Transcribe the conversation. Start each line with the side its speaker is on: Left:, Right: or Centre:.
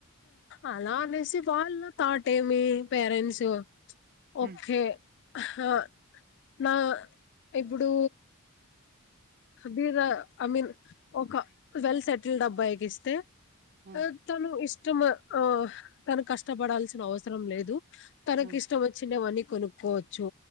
Left: అలా అనేసి వాళ్ళు తాటేమి పేరెంట్స్
Right: హ్మ్
Left: ఓకే హ నా ఇప్పుడు మీర ఐ మీన్ ఒక వెల్ సెటిల్డ్ అబ్బాయికి ఇస్తే
Right: హ్మ్
Left: ఆ తను ఇష్టం ఆ తన కష్టపడాల్సిన అవసరం లేదు తనకి
Right: హ్మ్
Left: ఇష్టం వచ్చిండే వాన్ని కొనుక్కోవచ్చు